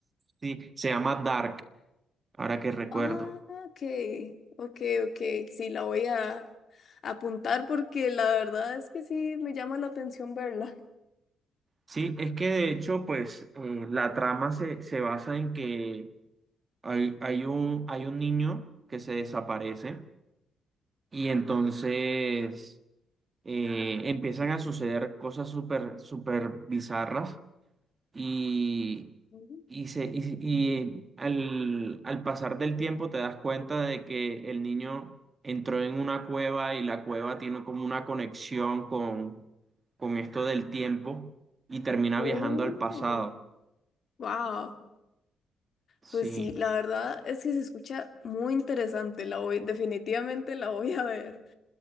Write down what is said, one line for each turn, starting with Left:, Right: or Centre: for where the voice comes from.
Right: Sí, se llama Dark, ahora que recuerdo.
Left: Ah, ok, ok, ok, sí, la voy a apuntar porque la verdad es que sí me llama la atención verla.
Right: Sí, es que de hecho, pues eh, la trama se, se basa en que hay, hay un, hay un niño que se desaparece y entonces eh, empiezan a suceder cosas súper, súper bizarras y,
Left: Mm.
Right: y, se, y, y al, al pasar del tiempo te das cuenta de que el niño entró en una cueva y la cueva tiene como una conexión con, con esto del tiempo y termina
Left: Oh,
Right: viajando al pasado.
Left: wow.
Right: Sí,
Left: Pues sí, la verdad es que se escucha muy interesante, la voy, definitivamente la voy a ver.